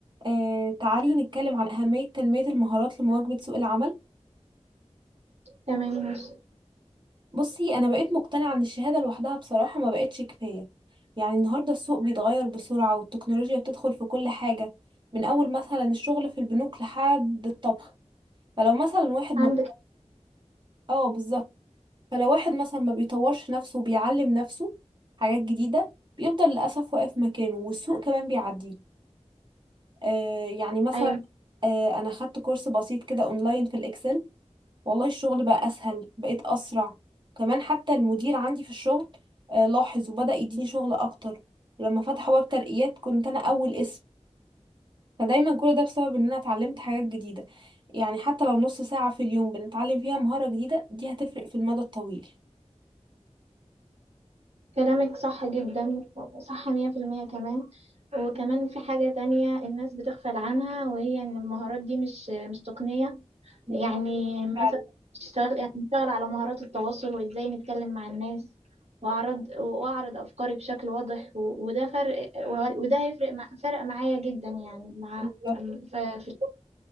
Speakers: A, on the right; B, on the right.
A: آه، تعالي نتكلم عن أهمية تنمية المهارات لمواكبة سوق العمل
B: تمام ماشي.
A: بصي أنا بقيت مقتنعة إن الشهادة لوحدها بصراحة ما بقتش كفاية يعني النهاردة السوق بيتغير بسرعة والتكنولوجيا بتدخل في كل حاجة من أول مثلا الشغل في البنوك لحد الطبخ فلو مثلا واحد ما
B: عندك
A: اه بالظبط فلو واحد مثلا ما بيطورش نفسه وبيعلم نفسه حاجات جديدة بيفضل للأسف واقف مكانه والسوق كمان بيعديه آه يعني مثلا
B: أيوة
A: آه أنا خدت كورس بسيط كده أونلاين في الإكسل والله الشغل بقى اسهل بقيت اسرع كمان حتى المدير عندي في الشغل آه، لاحظ وبدأ يديني شغل اكتر ولما فتحوا باب ترقيات كنت انا اول اسم فدايما كل ده بسبب ان انا اتعلمت حاجات جديدة يعني حتى لو نص ساعة في اليوم بنتعلم فيها مهارة جديدة دي هتفرق في المدى الطويل
B: كلامك صح جدا صح مية في المية كمان وكمان في حاجة تانية الناس بتغفل عنها وهي إن المهارات دي مش مش تقنية
A: بالظبط
B: يعني مثلا
A: فعلا
B: اشتغل يعني اشتغل على مهارات التواصل وإزاي نتكلم مع الناس وأعرض وأعرض أفكاري بشكل واضح و- وده فرق و- وده هيفرق مع فرق معايا جدا يعني مع
A: بالظبط
B: ف- في الشغل.